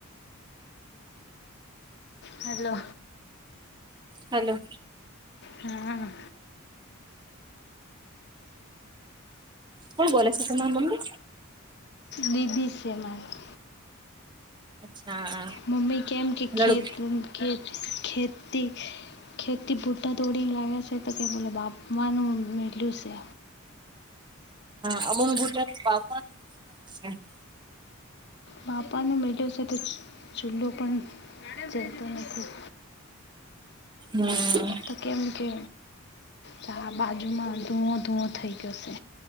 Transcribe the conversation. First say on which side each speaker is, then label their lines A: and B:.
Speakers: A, on the left; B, on the right.
A: હેલો.
B: હલો.
A: હા.
B: કોણ બોલાલો છે ત તમા મમ્મી?
A: દીદી છે મારી.
B: અચ્છા.
A: મમ્મી કેમ કે
B: લડ
A: ખેત ખ ખેતી. ખેતી બુઢા દોડીને લાવ્યા છે તો કે બોલે બાપમાનું મેલ્યું છે.
B: હામ ગુટરાપા <unintelligible>
A: બાપાનો મેળો છે તો ચૂલો પણ જતો નથી.
B: હા.
A: તો કેમ કે ચાર બાજુમાં ધૂવો ધૂવો થઈ ગયોશે.